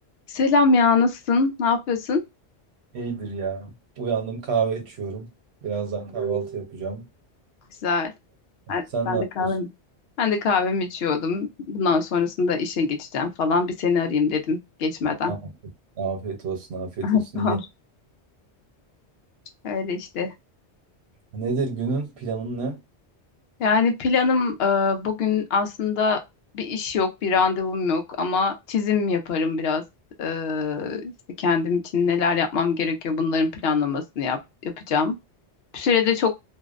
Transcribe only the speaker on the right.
İyidir ya. Uyandım kahve içiyorum. Birazdan kahvaltı yapacağım.
Sen
ne yapıyorsun?
Afiyet, afiyet olsun, afiyet
olsun.
İyi.
Nedir günün planın ne?